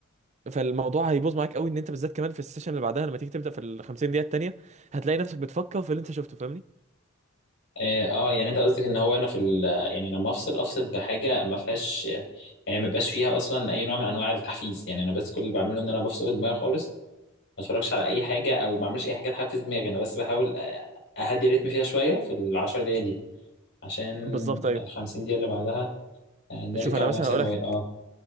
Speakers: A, on the right; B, on the left.
A: فالموضوع هيبوظ معاك قوي ان انت بالذات كمان في السيشن اللي بعدها لما تيجي تبدا في ال 50 دقيقه التانيه هتلاقي نفسك بتفكر في اللي انت شفته فاهمني
B: اه آه، يعني انت قصدك ان هو انا في ال... يعني لما افصل افصل بحاجه ما فيهاش يعني ما بقاش فيها اصلا اي نوع من انواع التحفيز يعني انا بس كل اللي بعمله ان انا بفصل دماغي خالص ما اتفرجش على اي حاجه او ما بعملش اي حاجه تحفز دماغي انا بس بحاول اهدي الريتم فيها شويه في العشر دقايق دي عشان
A: بالظبط ايوه
B: الخمسين دقيقه اللي بعدها آه، نرجع
A: شوف انا
B: لنفس
A: مثلا هقول
B: الموال
A: لك
B: اه